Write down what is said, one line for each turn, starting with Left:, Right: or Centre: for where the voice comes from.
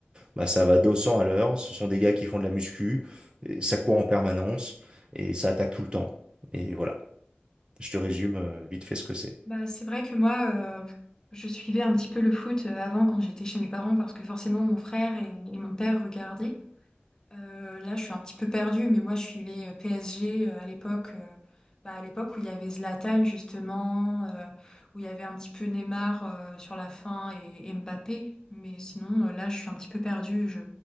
Right: bah, ça va 200 à l'heure. Ce sont des gars qui font de la muscu, et ça court en permanence et ça attaque tout le temps. Et voilà, je te résume euh, vite fait ce que c'est.
Left: Bah, c'est vrai que moi, euh, je suivais un petit peu le foot euh, avant quand j'étais chez mes parents parce que forcément mon frère et, et mon père regardaient. Euh, là, je suis un petit peu perdue, mais moi, je suivais euh, PSG euh, à l'époque, euh, bah, à l'époque où il y avait Zlatan, justement, euh, où il y avait un petit peu Neymar euh, sur la fin et, et Mbappé. Mais sinon, euh, là, je suis un petit peu perdue. Je...